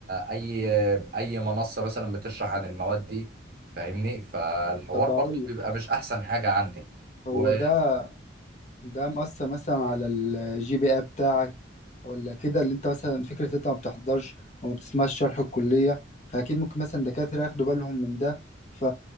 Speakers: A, on the right; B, on the left.
A: اي اي منصة مثلا بتشرح عن المواد دي فاهمني فالحوار
B: طب
A: برضه
B: اقول لك
A: بيبقى مش احسن حاجة عندي
B: هو
A: و...
B: ده ده مأثر مثلا على الجي بي اي بتاعك ولا كده اللي انت مثلا فكرة انت ما بتحضرش وما بتسمعش شرح الكلية فأكيد ممكن مثلا دكاترة ياخدوا بالهم من ده ف